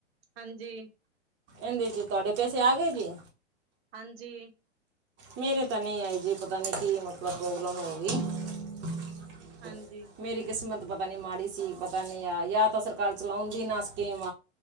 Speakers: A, on the right (about 55°); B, on the right (about 30°).
A: ਹਾਂਜੀ।
B: ਏੰਦੇ ਜੀ ਤੁਆਡੇ ਪੈਸੇ ਆ ਗਏ ਜੀ?
A: ਹਾਂਜੀ।
B: ਮੇਰੇ ਤਾਂ ਨੀ ਆਏ ਜੀ, ਪਤਾ ਨੀ ਕੀ ਮਤਲਬ ਪ੍ਰੋਬਲਮ ਹੋ ਗਈ।
A: ਹਾਂਜੀ
B: ਮੇਰੀ ਕਿਸਮਤ ਪਤਾ ਨੀ ਮਾੜੀ ਸੀ, ਪਤਾ ਨੀ ਆ ਯਾ ਤਾਂ ਸਰਕਾਰ ਚਲਾਉਂਦੀ ਨਾ ਸਕੀਮ।